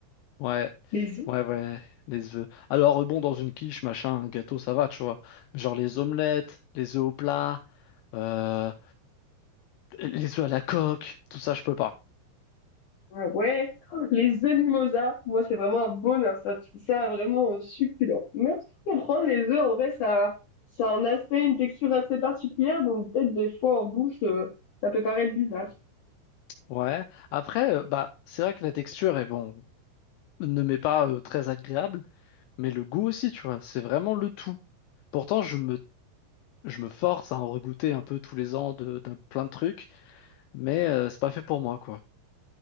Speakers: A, on the left (about 80°); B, on the left (about 60°).
A: Ouais,
B: Les
A: ouais, ouais, les œufs. Alors, euh, bon, dans une quiche, machin, un gâteau, ça va, tu vois. Genre les omelettes, les œufs au plat, euh, les œufs à la coque, tout ça, je peux pas.
B: Ah ouais, les œufs mimosa, moi c'est vraiment un bonheur, ça je trouve ça vraiment euh, succulent. Mais je comprends, les œufs en vrai ça, ça a un aspect, une texture assez particulière, donc peut-être des fois en bouche euh, ça peut paraître bizarre.
A: Ouais. Après, euh, bah, c'est vrai que la texture est bon, ne m'est pas euh, très agréable, mais le goût aussi, tu vois, c'est vraiment le tout. Pourtant, je me, je me force à en regoûter un peu tous les ans de, d'un plein de trucs. mais euh, c'est pas fait pour moi, quoi.